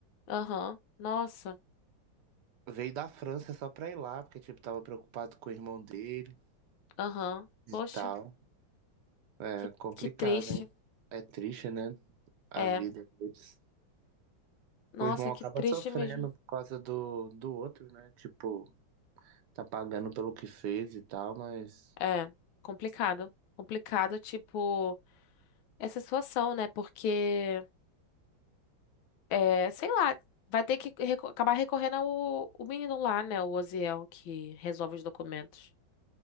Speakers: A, on the left; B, on the right.
A: Aham. Nossa.
B: Veio da França só pra ir lá, porque, tipo, tava preocupado com o irmão dele
A: Aham.
B: e
A: Poxa.
B: tal. É
A: Que,
B: complicado,
A: que triste.
B: hein? É triste, né? A
A: É.
B: vida deles.
A: Nossa,
B: O irmão
A: que
B: acaba
A: triste
B: sofrendo
A: mesmo.
B: por causa do, do outro, né? Tipo, tá pagando pelo que fez e tal, mas.
A: É. Complicado. Complicado, tipo, essa situação, né? Porque, é, sei lá, vai ter que reco- acabar recorrendo ao o menino lá, né? O Oziel, que resolve os documentos.